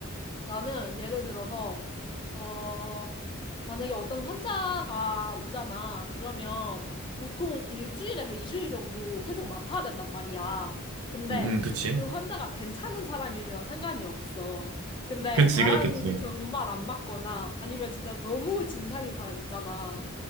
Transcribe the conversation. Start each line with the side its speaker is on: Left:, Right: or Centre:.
Left: 나는 예를 들어서, 어, 만약에 어떤 환자가 오잖아. 그러면 보통 일주일에서 이주일 정도 계속 맡아야 된단 말이야. 근데
Right: 음 응, 그치.
Left: 그 환자가 괜찮은 사람이면 상관이 없어. 근데
Right: 그치,
Left: 나랑
Right: 그렇겠지.
Left: 정말 안 맞거나 아니면 진짜 너무 진상인 사람 있잖아.